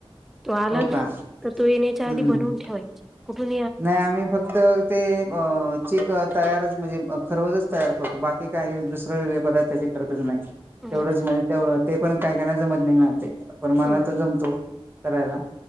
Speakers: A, in the centre; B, on the right (about 20°).
A: तो आला
B: हो
A: ना,
B: का
A: तर तो येण्याच्या
B: हम्म
A: आधी बनवून ठेवायची, कुठून?
B: नाही आम्ही फक्त ते अ चिक तयारच म्हजे अ खरवजच तयार करतो, बाकी काही दुसर वेगळे पदार्थ त्याचे करतच नाही,
A: हम्म
B: तेवढंच म्हणजे तेव ते पण काय काहीना जमत नाही ना ते, पण मला
A: हम्म
B: तो जमतो करायला.